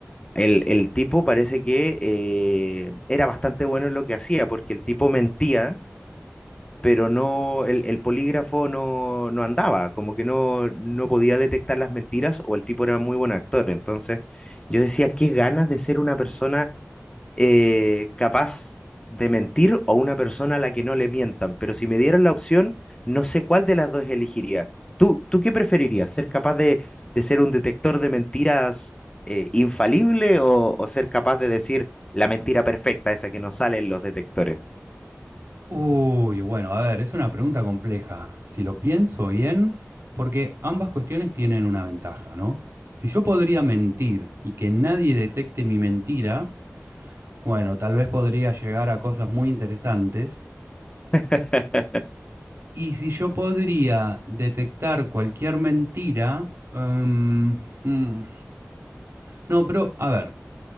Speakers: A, on the left (about 20°); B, on the right (about 60°).
A: el, el tipo parece que eh, era bastante bueno en lo que hacía, porque el tipo mentía, pero no, el, el polígrafo no, no andaba, como que no, no podía detectar las mentiras o el tipo era muy buen actor. Entonces yo decía, qué ganas de ser una persona eh, capaz de mentir o una persona a la que no le mientan, pero si me dieran la opción, no sé cuál de las dos elegiría. ¿Tú, tú qué preferirías? ¿Ser capaz de, de ser un detector de mentiras eh, infalible o, o ser capaz de decir la mentira perfecta, esa que no sale en los detectores?
B: Uy, bueno, a ver, es una pregunta compleja. Si lo pienso bien, porque ambas cuestiones tienen una ventaja, ¿no? Si yo podría mentir y que nadie detecte mi mentira, bueno, tal vez podría llegar a cosas muy interesantes.
A: <laughs>
B: Y si yo podría detectar cualquier mentira, em, mm, no, pero a ver.